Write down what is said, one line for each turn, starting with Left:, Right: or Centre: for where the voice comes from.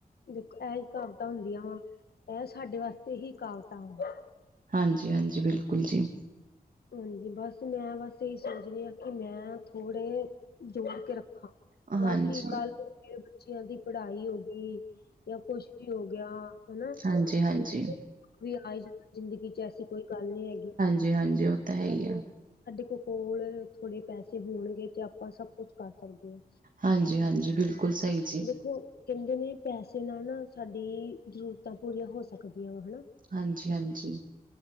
Left: ਦੇਖੋ ਐਹ ਹੀ ਕਹਾਵਤਾਂ ਹੁੰਦੀਆਂ ਵਾ ਐਹ ਸਾਡੇ ਵਾਸਤੇ ਹੀ ਕਹਾਵਤਾਂ ਵਾ
Right: ਹਾਂਜੀ, ਹਾਂਜੀ ਬਿਲਕੁਲ ਜੀ।
Left: ਹਾਂਜੀ ਬਸ ਮੈਂ ਬਸ ਇਹੀ ਸੋਚ ਰਹੀ ਆ ਕਿ ਮੈਂ ਥੋੜੇ ਜੋੜ ਕੇ ਰੱਖਾ
Right: ਹਾਂਜੀ,
Left: ਤਾਂ ਕਿ ਕੱਲ੍ਹ ਮੇਰੇ ਬੱਚਿਆਂ ਦੀ ਪੜ੍ਹਾਈ ਹੋਗੀ। ਜਾਂ ਕੁਛ ਵੀ ਹੋ ਗਿਆ ਹਨਾ
Right: ਹਾਂਜੀ, ਹਾਂਜੀ।
Left: ਵੀ ਆਈ ਜ਼ਿੰਦਗੀ ਚ ਐਸੀ ਕੋਈ ਗੱਲ ਨੀ ਹੈਗੀ।
Right: ਜੀ ਹਾਂਜੀ ਉਹ ਤਾਂ ਹੈ ਈ ਏ।
Left: ਸਾਡੇ ਕੋ ਕੋਲ ਥੋੜੇ ਪੈਸੇ ਹੋਣਗੇ ਤੇ ਆਪਾਂ ਸਭ ਕੁਛ ਕਰ ਸਕਦੇ ਆ,
Right: ਹਾਂਜੀ, ਹਾਂਜੀ ਬਿਲਕੁਲ ਸਹੀ ਜੀ,
Left: ਦੇਖੋ ਕਹਿੰਦੇ ਨੇ ਪੈਸੇ ਨਾਲ ਨਾ ਸਾਡੀ ਜ਼ਰੂਰਤਾਂ ਪੂਰੀਆਂ ਹੋ ਸਕਦੀਆਂ ਵਾ ਹਨਾ
Right: ਹਾਂਜੀ ਹਾਂਜੀ